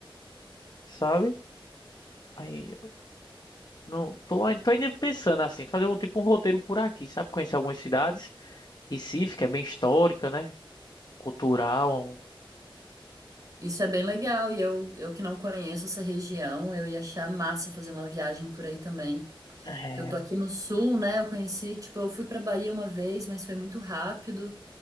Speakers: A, on the left; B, on the right.
A: sabe? Aí não tô, ai- tô ainda pensando assim, fazer um tipo um roteiro por aqui, sabe? Conhecer algumas cidades, Recife, que é bem histórica, né? Cultural.
B: Isso é bem legal, e eu, eu que não conheço essa região, eu ia achar massa fazer uma viagem por aí também.
A: É,
B: Que eu tô aqui no sul, né? Eu conheci, tipo, eu fui pra Bahia uma vez, mas foi muito rápido